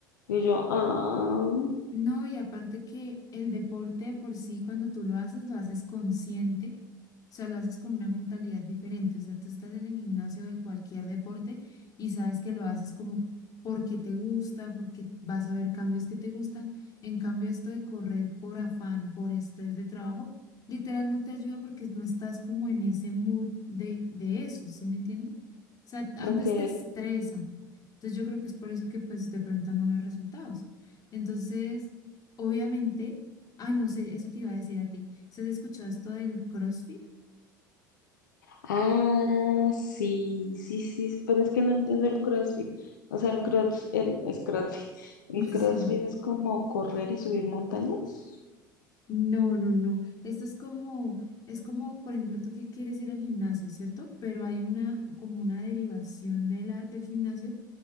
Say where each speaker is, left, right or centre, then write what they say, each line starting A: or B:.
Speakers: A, on the left; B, on the left.
A: Y yo, ah,
B: No, y aparte que el deporte de por sí, cuando tú lo haces, lo haces consciente, o sea, lo haces con una mentalidad diferente, o sea, tú estás en el gimnasio de cualquier deporte y sabes que lo haces como porque te gusta, porque vas a ver cambios que te gustan, en cambio esto de correr por afán, por estrés de trabajo, literal no te ayuda porque no estás como en ese mood de, de eso, ¿sí me entiendes? O sea, antes
A: ok.
B: te estresa, entonces yo creo que es por eso que pues de pronto no ves resultados. Entonces, obviamente, ah, no sé, eso te iba a decir a ti. ¿Se has escuchado esto del CrossFit? <laughs>
A: Ah, sí, sí, sí, sí, pero es que no entiendo el CrossFit. O sea, el cross, el, es CrossFit. <laughs> El
B: Sí.
A: CrossFit es como correr y subir montañas.
B: No, no, no. Esto es como, es como, por ejemplo, tú que quieres ir al gimnasio, ¿cierto? Pero hay una, como una derivación de la, del gimnasio